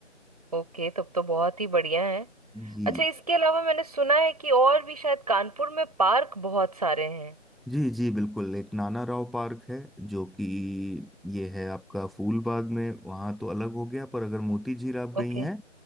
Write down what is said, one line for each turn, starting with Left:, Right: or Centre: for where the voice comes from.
Right: ओके तब तो बहुत ही बढ़िया है
Centre: जी
Right: अच्छा इसके अलावा मैंने सुना है कि और भी शायद कानपुर में पार्क बहुत सारे हैं
Centre: जी जी बिल्कुल एक नाना राव पार्क है जो कि ये है आपका फूलबाग में वहाँ तो अलग हो गया पर अगर मोती झील आप
Right: ओके
Centre: गई हैं